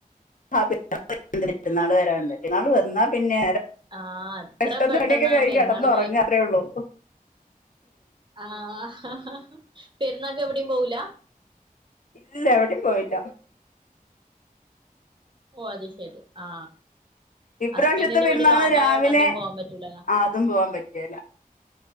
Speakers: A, on the left; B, on the right.
A: എ പെരുന്നാൾ വരാാണ്ണ്ട് പരുന്നാൾ വന്നാൽ പിന്നെ
B: ആ എത്ര
A: കഷന്ന്
B: പെട്ടെന്നാ
A: പണിയൊക്കെ കഴിഞ്ി
B: പെരുന്നാള്
A: കടന്ന് ഉറങ്ങറേള്ളൂ
B: ആഹ പെരുന്നക്കെ എവിടയും പോവു ല
A: ഇല്ല എവിടെയും പോയില്ല
B: ഓ അത് ശെരി ആ
A: ഇപ്രാവശ്യത്തെ
B: ഹസ്ബൻറിിന്റെ
A: പെരുന്നാള്
B: വീട്ടിൽ ലോ
A: രാവിലെ
B: ആയോണ്ട് അതും പോവാൻ പറ്റൂലല്ലാ
A: അതും പോവാൻ പറ്റിയല്ല